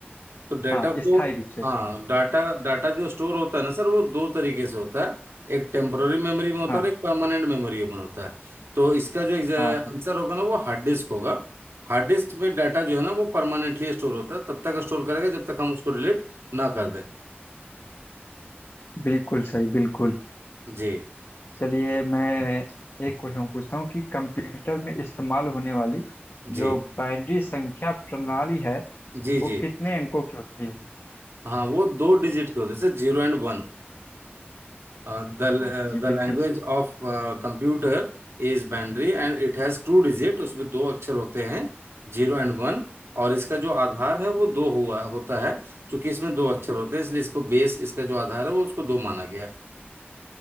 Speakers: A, on the right; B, on the left.
A: तो डाटा
B: हाँ
A: को
B: स्थायी रूप से
A: हाँ डाटा डाटा जो स्टोर होता है ना सर वो दो तरीके से होता है एक टेम्पररी मेमोरी में होता
B: हाँ
A: है और एक परमानेंट मेमोरी में होता है तो इसका जो
B: हाँ हाँ
A: आंसर होगा ना वो हार्ड डिस्क होगा हार्ड डिस्क में डाटा जो है ना वो परमानेंटली स्टोर होता है तब तक स्टोर करेगा जब तक हम उसको डिलीट ना कर दें
B: बिल्कुल सही बिल्कुल
A: जी
B: चलिए मैं एक क्वेश्चन पूछता हूँ कि कंप्यूटर में इस्तेमाल होने वाली
A: जी
B: जो बाइनरी संख्या प्रणाली है
A: जी
B: वो
A: जी
B: कितने अंकों की होती है
A: हाँ वो दो डिजिट के होते हैं sir zero and one Uh, the uh,
B: हाँ जी
A: the
B: बिल्कुल
A: language of computer is binary and it has two digit उसमें दो अक्षर होते हैं जीरो एंड वन और इसका जो आधार है वो दो हुआ होता है क्योंकि इसमें दो अक्षर होते हैं इसलिए इसको बेस इसका जो आधार है वो उसको दो माना गया